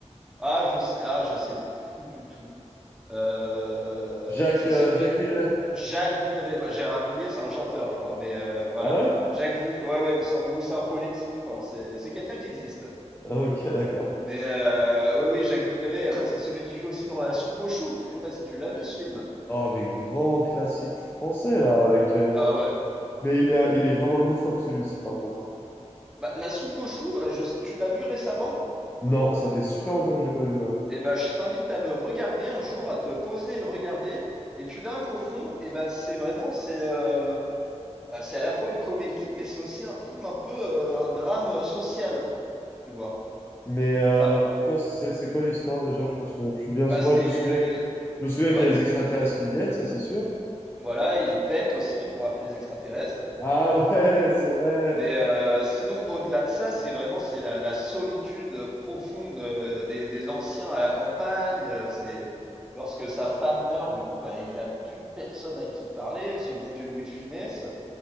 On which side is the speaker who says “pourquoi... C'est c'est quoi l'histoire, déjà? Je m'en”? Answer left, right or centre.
Left